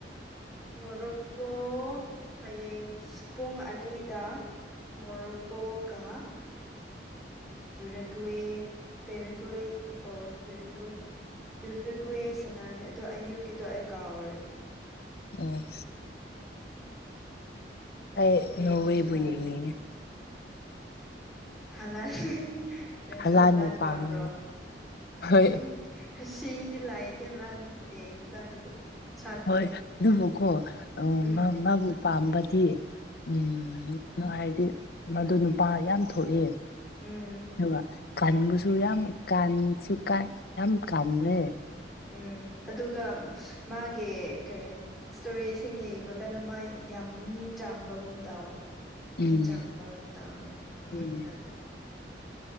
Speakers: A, in the centre; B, on the left.
A: ꯃꯣꯔꯨꯞꯀꯣ ꯍꯌꯦꯡ ꯄꯨꯡ ꯑꯅꯤꯗ ꯃꯣꯔꯣꯀꯣꯀꯥ ꯌꯨꯔꯣꯀꯋꯦ ꯄꯦꯔꯣꯀꯋꯦ ꯑꯣꯔ ꯌꯨꯔꯣꯀꯋꯦ ꯌꯨꯔꯨꯀꯋꯦ ꯁꯥꯟꯅꯅꯤ ꯑꯗꯣ ꯑꯌꯨꯛꯀꯤꯗꯣ ꯑꯩ ꯀꯥꯎꯔꯦ
B: ꯎꯝ ꯑꯩ
A: ꯑꯌꯨꯛꯀꯤꯁꯨ
B: ꯅꯣꯋꯦꯕꯨ
A: ꯂꯩ
B: ꯌꯦꯡꯅꯤꯡꯉꯦ
A: ꯍꯂꯥꯟ <unintelligible> ꯅꯪꯁꯨ
B: ꯍꯂꯥꯟꯕꯨ
A: ꯍꯂꯥꯟ
B: ꯄꯥꯝꯃꯦ
A: ꯄꯥꯝꯕ꯭ꯔꯣ
B: ꯍꯣꯏ
A: <unintelligible> <unintelligible> ꯌꯦꯡꯕ ꯀꯥꯟꯗꯗꯤ ꯁꯥꯛꯇꯣ
B: ꯍꯣꯏ ꯑꯗꯨꯕꯨꯀꯣ ꯑꯝ
A: ꯎꯝ
B: ꯃꯥ ꯃꯥꯕꯨ ꯄꯥꯝꯕꯗꯤ ꯎꯝ <unintelligible> ꯍꯥꯏꯗꯤ ꯃꯗꯨ ꯅꯨꯄꯥ ꯌꯥꯝ ꯊꯣꯛꯑꯦ
A: ꯎꯝ
B: ꯑꯗꯨꯒ ꯀꯟꯕꯁꯨ ꯌꯥꯝ ꯀꯥꯟꯁꯨꯀꯥꯟ ꯌꯥꯝ ꯀꯥꯟꯂꯦ
A: ꯎꯝ ꯑꯗꯨꯒ ꯃꯥꯒꯤ ꯀꯔꯤ ꯁꯇꯣꯔꯤꯁꯤꯡ ꯌꯦꯡꯕ ꯀꯥꯟꯗ ꯃꯥ ꯌꯥꯝ ꯃꯤ ꯆꯥꯝꯕꯒꯨꯝ ꯇꯧꯋꯦ ꯃꯤ
B: ꯎꯝ
A: ꯆꯥꯝꯕꯒꯨꯝ ꯇꯥꯕꯗꯃ ꯌꯦꯡꯀꯥꯟꯗ
B: ꯎꯝ